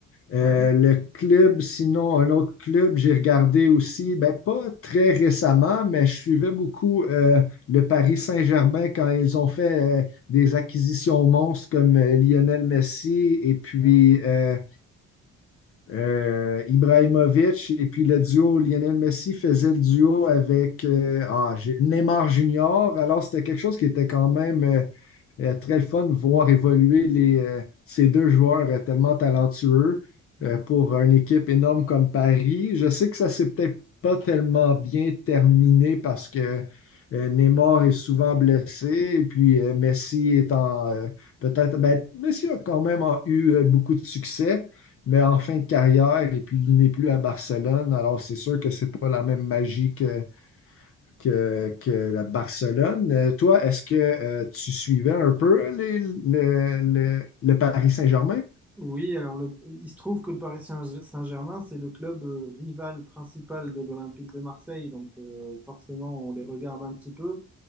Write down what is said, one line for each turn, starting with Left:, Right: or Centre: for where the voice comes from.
Left: Euh,
Centre: Ouais.
Left: le club, sinon, un autre club, j'ai regardé aussi, ben, pas très récemment, mais je suivais beaucoup euh, le Paris Saint-Germain quand ils ont fait euh, des acquisitions monstres comme euh, Lionel Messi et puis
Centre: Ouais.
Left: euh, euh, Ibrahimovic. Et puis le duo, Lionel Messi faisait le duo avec euh, ah, j'ai- Neymar Junior. Alors, c'était quelque chose qui était quand même euh, euh, très le fun de voir évoluer les, euh, ces deux joueurs euh, tellement talentueux
Centre: Ouais.
Left: euh, pour une équipe énorme comme Paris. Je sais que ça s'est peut-être pas tellement bien terminé parce que euh, Neymar est souvent blessé et puis euh, Messi est en euh, peut-être ben, Messi a quand même en eu euh, beaucoup de succès, mais en fin de carrière et puis il n'est plus à Barcelone. Alors c'est sûr que c'est pas la même magie que que, que la Barcelone. Euh, Toi, est-ce que euh, tu suivais un peu les- le, le- le Paris Saint-Germain?
Centre: Oui, alors le- il se trouve que le Paris Saint- Saint-Germain, c'est le club euh, rival principal de l'Olympique de Marseille, donc euh, forcément on les regarde un petit peu.